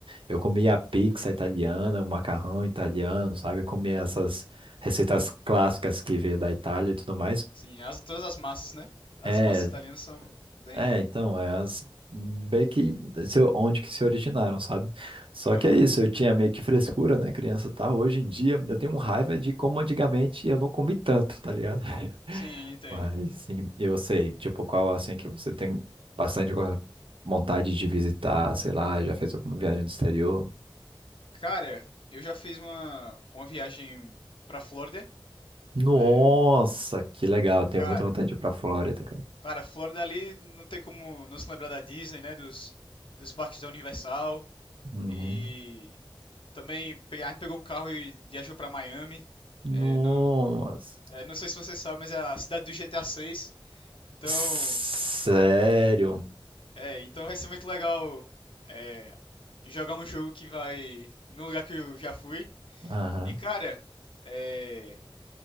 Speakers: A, on the right; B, on the left.
A: eu comia pizza italiana, o macarrão italiano, sabe? Eu comia essas receitas clássicas que veio da Itália e tudo mais.
B: Sim, as- todas as massas, né? As
A: É,
B: massas italianas são bem.
A: é, então, é as bem que se- onde que se originaram, sabe? Só
B: Aham.
A: que é isso, eu tinha meio que frescura, né, criança, tá? Hoje em dia eu tenho raiva de como antigamente eu não comi tanto, tá ligado? <laughs>
B: Sim, entendo.
A: Mas sim, eu sei, tipo, qual assim que você tem bastante go- vontade de visitar, sei lá, já fez alguma viagem no exterior?
B: Cara, eu já fiz uma, uma viagem pra Flórida.
A: Nossa,
B: É,
A: que legal, tenho
B: cara,
A: muita vontade de ir pra Flórida, cara.
B: Cara, Flórida ali não tem como não se lembrar da Disney, né? Dos, dos parques da Universal.
A: Uhum.
B: E também pe- a gente pegou o carro e viajou pra Miami.
A: Nossa.
B: É, não, é, não sei se você sabe, mas é a cidade do GTA VI. Então,
A: Sério?
B: é, então vai ser muito legal é, jogar um jogo que vai no lugar que eu já fui.
A: Aham.
B: E, cara, é,